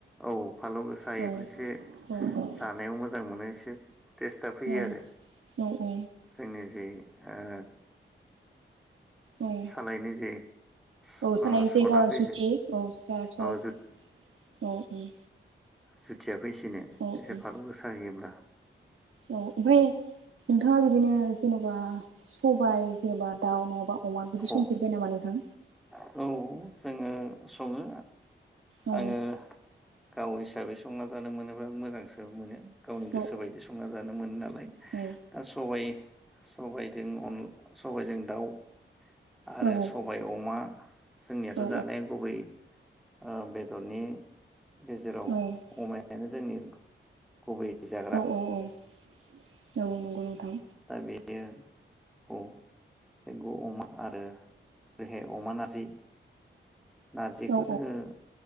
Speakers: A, in the centre; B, on the right.
A: औ, फालौ गोसायोब्लासो
B: औ औ
A: जानायाव मोजां मोनो। एसे टेस्टआ फैयो
B: औ
A: आरो
B: औ औ
A: जोंनि जि ओ
B: औ
A: सालायनि जे
B: औ
A: ओ
B: <unintelligible>
A: सदा
B: जायगा
A: फैयो
B: सुथि औ जा सथ
A: औ
B: औ औ।
A: सुथिया फैसिनो
B: औ
A: एसे
B: औ
A: फालौ गोसा होयोब्ला।
B: औ ओमफ्राय नोंथाङा बिदिनो जेनबा सबाय जेनेबा दाउ नङाबा। अमा बिदि संफेरबाय
A: अ औ।
B: नामा नोंथां?
A: जोङो संङो
B: औ
A: आङो गाव हिसाबै संना जानो मोनोब्ला मोजांसो मोनो। गावनि गोसो
B: औ
A: बायदि संना जानो मोनो नालाय
B: औ
A: दा सबाइ सबायाइजों अन सबायाइजों दाउ। आरो
B: औ
A: सबाय अमा जोंनियाथ'
B: औ
A: जानाया गुबै। ओ बेदरनि गेजेराव
B: औ
A: अमायानो जोंनि गुबै जाग्रा
B: औ औ औ औ नंगौ नोंथां
A: दा बे ए अ <inaudible> अमा आरो बेहाय अमा नारजि नार्जिखौ
B: औ
A: जोङो